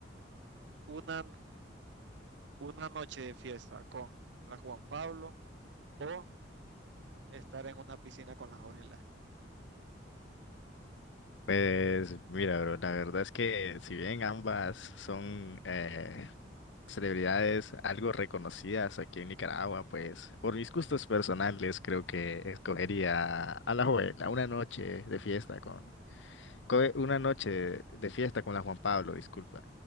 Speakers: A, on the right (about 65°); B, on the left (about 75°).
A: ¿Una, una noche de fiesta con la Juan Pablo o estar en una piscina con las ojelas?
B: Pues, mira, bro, la verdad es que si bien ambas son eh, celebridades algo reconocidas aquí en Nicaragua, pues, por mis gustos personales creo que escogería a la joven, a una noche de fiesta co- una noche de fiesta con la Juan Pablo, disculpa.